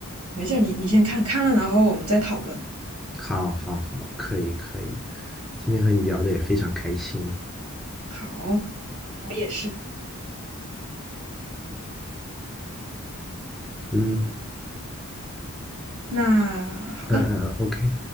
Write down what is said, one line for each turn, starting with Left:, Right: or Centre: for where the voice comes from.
Right: 没事儿，你你先看看了，然后我们再讨论。
Centre: 好，好，好，可以可以，今天和你聊的也非常开心。
Right: 好，我也是。
Centre: 嗯
Right: 那好的。
Centre: 嗯嗯嗯，OK。